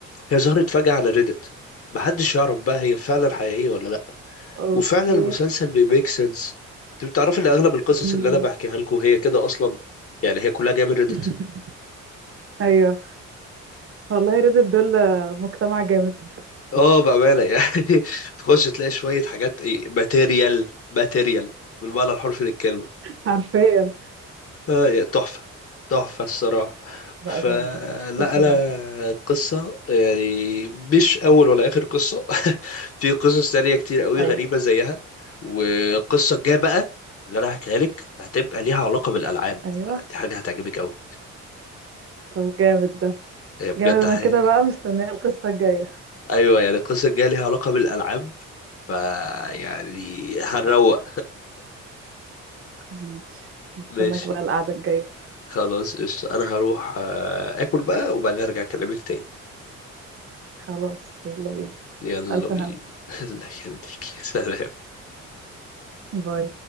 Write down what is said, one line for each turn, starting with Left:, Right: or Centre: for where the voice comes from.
Left: هي ظهرت فجاه على ريدت محدش يعرف بقى هي فعلا حقيقيه ولا لا
Right: اوكي
Left: وفعلا المسلسل بيميك سنس انت بتعرف ان اغلب القصص
Right: مم.
Left: اللي انا بحكيها لكم هي كده اصلا يعني هي كلها جايه من ريدت
Right: <laughs> ايوه والله ريدت دول مجتمع جامد <laughs>
Left: اه بامانه يعني <laughs> تخش تلاقي شويه حاجات ايه ماتيريال ماتيريال بالمعنى الحرفي للكلمه
Right: حرفيا
Left: آه، تحفة تحفة الصراحة
Right: بقى
Left: فلا
Right: جامد قصه
Left: أنا
Right: جامده
Left: قصة يعني مش أول ولا آخر قصة <laughs> في قصص تانية كتير قوي
Right: ايوه
Left: غريبة زيها والقصة الجاية بقى اللي أنا هحكيها لك هتبقى ليها علاقة بالألعاب
Right: ايوه
Left: دي حاجة هتعجبك قوي
Right: طب جامد ده
Left: هي بجد
Right: جامد انا
Left: حاجة
Right: كده بقى مستنيه القصه الجايه
Left: أيوة يعني القصة الجاية ليها علاقة بالألعاب فيعني هنروق
Right: ماشي مستناك
Left: <laughs> ماشي
Right: بقى القعده الجايه
Left: خلاص قشطة أنا هروح آه، آكل بقى وبعدين أرجع أكلمك تاني
Right: خلاص يلا بينا
Left: يلا
Right: الف
Left: بينا
Right: هنا
Left: <laughs> الله يخليك سلام
Right: باي